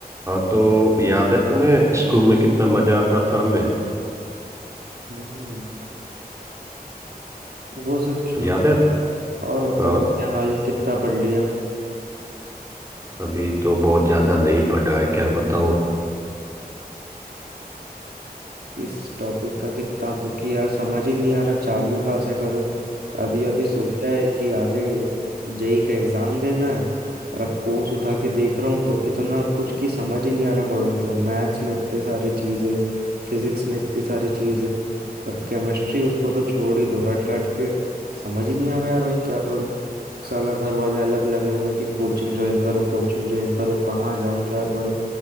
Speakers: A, on the right (about 20°); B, on the right (about 75°).
A: हाँ तो याद है तुम्हें स्कूल में कितना मजा आता था हमें
B: हम्म, वो सब छोड़ो
A: याद है
B: और बताओ
A: हाँ
B: क्या हाल कितना पढ़ लिया
A: अभी तो बहुत ज्यादा नहीं पढ़ा है क्या बताऊँ
B: किस टॉपिक का कितना क्योंकि यार समझ ही नहीं आ रहा चालू कहाँ से करूं अभी अभी सोचा है कि आगे जेई का एग्जाम देना है और अब कोर्स उठा के देख रहा हूँ तो इतना कुछ की समझ ही नहीं आ रहा पढ़ूं क्या मैथ्स में इतने सारी चीजें फिजिक्स में इतनी सारी चीजें और केमिस्ट्री उसको तो छोड़ ही दो रट रट के समझ ही नहीं आ रहा यार वही क्या पढ़ूं साला घर वाले अलग लगे हुए हैं कि कोचिंग ज्वाइन करो कोचिंग ज्वाइन करो कहाँ जाऊं क्या करूं